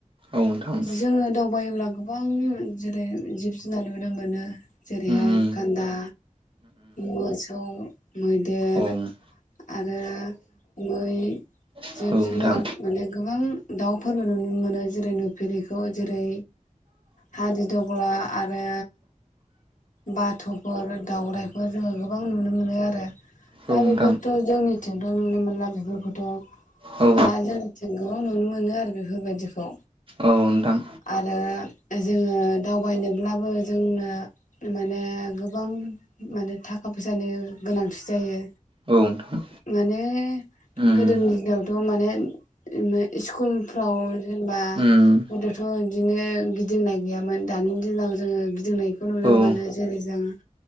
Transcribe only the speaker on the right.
औ नोंथां
उम
उम औ
औ
नोंथां
औ
नोंथां
औ
औ नोंथां।
औ नोंथां।
उम
उम
औ